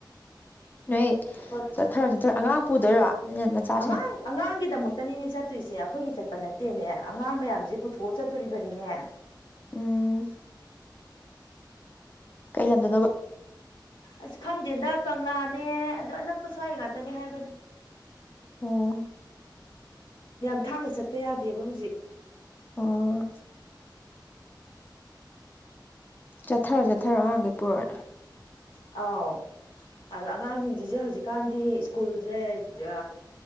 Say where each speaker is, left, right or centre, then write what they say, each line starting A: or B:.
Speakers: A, on the left; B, on the left.
A: ꯅꯣꯏ
B: ꯍꯣꯏ
A: ꯆꯠꯊꯔꯣ ꯆꯠꯊꯔꯣ ꯑꯉꯥꯡ ꯄꯨꯗꯣꯏꯔꯣ ꯅꯣꯏ ꯅꯆꯥꯁꯤꯡ
B: ꯑꯉꯥꯡ ꯑꯉꯥꯡꯒꯤꯗꯃꯛꯇꯅꯤꯅꯦ ꯆꯠ ꯇꯣꯏꯁꯦ ꯑꯩꯈꯣꯏꯒꯤ ꯆꯠꯄ ꯅꯠꯇꯦꯅꯦ ꯑꯉꯥꯡ ꯃꯌꯥꯝꯁꯦ ꯄꯨꯊꯣꯛꯑ ꯆꯠꯇꯣꯔꯤꯕꯅꯤꯅꯦ
A: ꯎꯝ ꯀꯩ ꯂꯝꯗꯅꯣꯕ
B: ꯑꯁ ꯈꯪꯗꯦꯗ ꯀꯪꯂꯥꯅꯦ ꯑꯗ ꯑꯅꯛꯄ ꯁ꯭ꯋꯥꯏ ꯉꯥꯛꯇꯅꯦ ꯍꯥꯏꯕꯅꯤ
A: ꯑꯣ
B: ꯌꯥꯝ ꯊꯥꯞꯅ ꯆꯠꯄ ꯌꯥꯗꯦꯕ ꯍꯧꯖꯤꯛ
A: ꯑꯣ ꯆꯠꯊꯔꯣ ꯆꯠꯊꯔꯣ ꯑꯍꯥꯡꯒꯩ ꯄꯨꯔ
B: ꯑꯥꯎ ꯑꯗꯣ ꯑꯉꯥꯡꯁꯤꯡꯁꯤꯁꯨ ꯍꯧꯖꯤꯛꯀꯥꯟꯗꯤ ꯁ꯭ꯀꯨꯜꯖ‍ꯦ